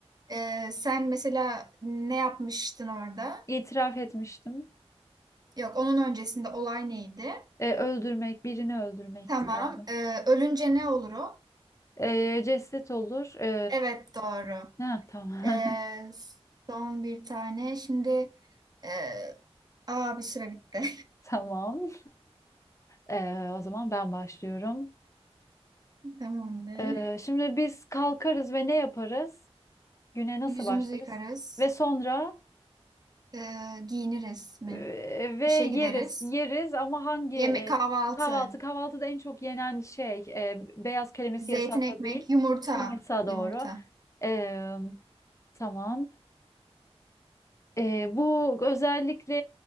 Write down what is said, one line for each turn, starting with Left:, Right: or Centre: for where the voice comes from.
Right: E, sen mesela ne yapmıştın orada?
Left: İtiraf etmiştim.
Right: Yok onun öncesinde olay neydi?
Left: E, öldürmek, birini öldürmekti
Right: Tamam.
Left: galiba.
Right: E, ölünce ne olur o?
Left: E, ceset olur. E,
Right: Evet doğru.
Left: ha, tamam.
Right: Ee,
Left: <laughs>
Right: son bir tane. Şimdi e, aa bir süre bitti.
Left: Tamam. E, o zaman ben başlıyorum.
Right: <laughs> Tamamdır.
Left: E, şimdi biz kalkarız ve ne yaparız? Güne nasıl
Right: Yüzümüzü
Left: başlarız?
Right: yıkarız.
Left: Ve sonra
Right: Ee, giyiniriz mi?
Left: Ee, ve
Right: İşe
Left: yeriz,
Right: gideriz.
Left: yeriz ama hangi
Right: Yemek,
Left: e,
Right: kahvaltı.
Left: kahvaltı? Kahvaltıda en çok yenen şey e, beyaz kelimesi yasakla
Right: Zeytin ekmek,
Left: değil,
Right: yumurta.
Left: yumurta doğru.
Right: Yumurta.
Left: Ee, tamam. Ee, bu özellikle